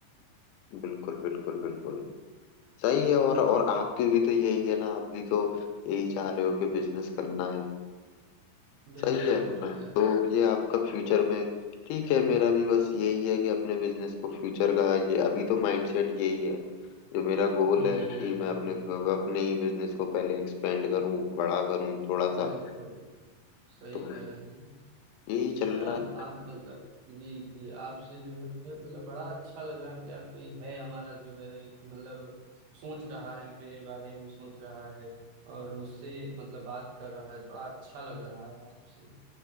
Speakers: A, on the left; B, on the right.
A: बिल्कुल बिल्कुल बिल्कुल सही है और
B: तो
A: और आपकी भी तो यही है ना आप भी तो यही चाह रहे हो कि बिजनेस करना है
B: बिल्कुल
A: सही है
B: बिल्कुल
A: मैं
B: यार
A: तो ये आपका फ्यूचर में ठीक है मेरा भी बस यही है कि अपने बिजनेस को फ्यूचर का ये अभी तो माइंडसेट यही है जो मेरा गोल
B: हम्म
A: है कि मैं अपने अपने ही बिजनेस को पहले एक्सपेंड करूं बड़ा करूं थोड़ा सा
B: बिल्कुल सही
A: तो
B: कह रहे हैं
A: यही
B: तो
A: चल
B: यार
A: रहा है
B: आप मतलब जी जी आपसे जो है मतलब बड़ा अच्छा लग रहा है कि यार कोई है हमारा जो है मतलब सोच रहा है मेरे बारे में सोच रहा है और मुझसे मतलब बात कर रहा है बड़ा अच्छा लग रहा है आपसे